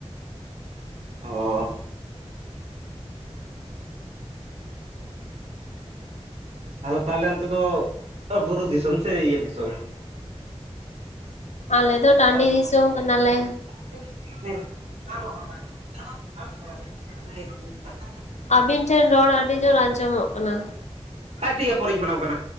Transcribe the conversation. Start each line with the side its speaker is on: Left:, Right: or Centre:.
Right: ᱚᱸᱻ ᱟᱫᱚ ᱛᱟᱦᱞᱮ ᱚᱱᱛᱮ ᱫᱚ ᱵᱩᱨᱩ ᱫᱤᱥᱚᱢ ᱥᱮ ᱤᱭᱟᱹ ᱫᱤᱥᱚᱢ?
Left: ᱟᱞᱮ ᱫᱚ ᱴᱟᱹᱰᱤ
Right: ᱦᱮᱸ
Left: ᱫᱤᱥᱚᱢ ᱠᱟᱱᱟᱞᱮ᱾
Right: <unintelligible>
Left: ᱟᱵᱤᱱ ᱴᱷᱮᱱ ᱨᱚᱲ ᱟᱹᱰᱤ ᱡᱳᱨ ᱟᱸᱡᱚᱢᱚᱜ ᱠᱟᱱᱟ᱾
Right: ᱦᱮᱸ ᱴᱷᱤᱠ ᱜᱮᱭᱟ ᱯᱚᱨᱮᱧ ᱯᱷᱳᱱ ᱟᱢ ᱠᱟᱱᱟ᱾